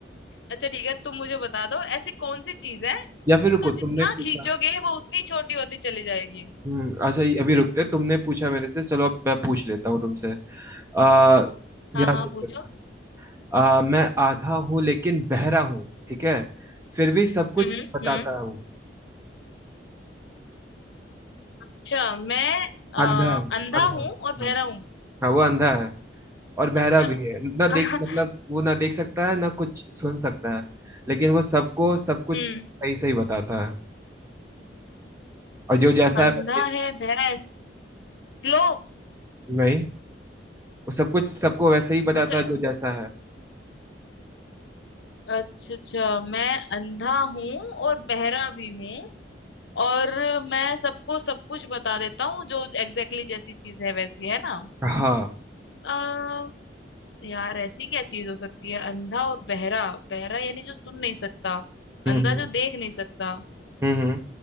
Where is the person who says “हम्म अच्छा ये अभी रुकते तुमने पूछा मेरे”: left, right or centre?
Right